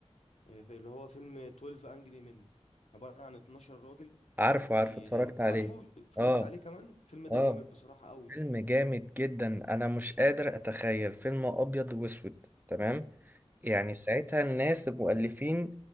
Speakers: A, on the left; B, on the right.
A: آه، في- اللي هو فيلم 12 انجري من عبارة عن 12 راجل
B: عارفه
A: بي...
B: عارفه اتفرجت عليه
A: عارفه اتفرجت
B: اه
A: عليه كمان الفيلم ده
B: اه
A: جامد بصراحة قوي
B: فيلم جامد جدا انا مش قادر اتخيل فيلم ابيض واسود تمام يعني ساعتها الناس المؤلفين